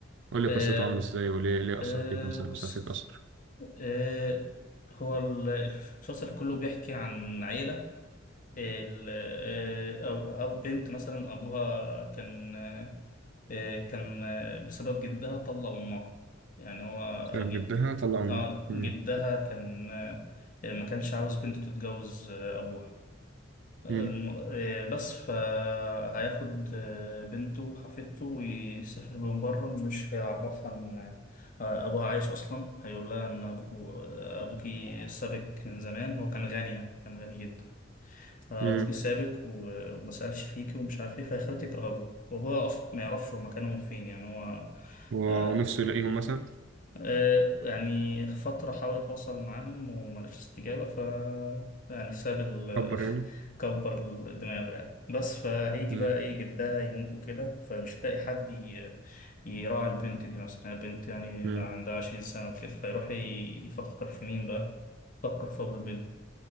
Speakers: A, on the right; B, on the left.
A: قول لي
B: آه
A: قصته عامله ازاي وليه ليه اثر
B: آه
A: فيك مثلا
B: قصة
A: مثلا فيك اثر
B: آه هو ال- المسلسل كله بيحكي عن عيلة ال- آه، أو أو بنت مثلا أبوها كان آه، كان آه، بسبب جدها طلق أمها يعني هو
A: سبب
B: جد
A: جدها طلع امي
B: آه
A: مم.
B: جدها كان آه، ما كانش عاوز بنته تتجوز آه، أبوها الم-
A: مم.
B: آه، بس فهياخد آه، بنته وحفيدته ويسافر بهم بره ومش هيعرفها إن آه، أبوها عايش أصلا هيقول لها إن أبوكو آه، أبوكي سابك من زمان هو كان غني يعني كان غني جدا فابوكي
A: مم.
B: سابك و- وما سالش فيكي ومش عارف ايه فيخلتك رهبوه وابوها اصلا ما يعرفش هو مكانهم فين يعني هو
A: و-
B: آه
A: ونفسه يلاقيهم مثلا
B: آه يعني فترة حاول يتواصل معاهم وما لقاش استجابة ف يعني ساب ال
A: كبر يعني
B: <laughs> كبر ال- دماغه يعني بس فهيجي
A: مم.
B: بقى ايه جدها يموت وكده فمش هتلاقي حد ي- يراعي البنت دي مثلا يعني البنت يعني
A: مم.
B: بقى عندها عشرين سنة وكده فيروح ي- يفكر في مين بقى يفكر في أبو البنت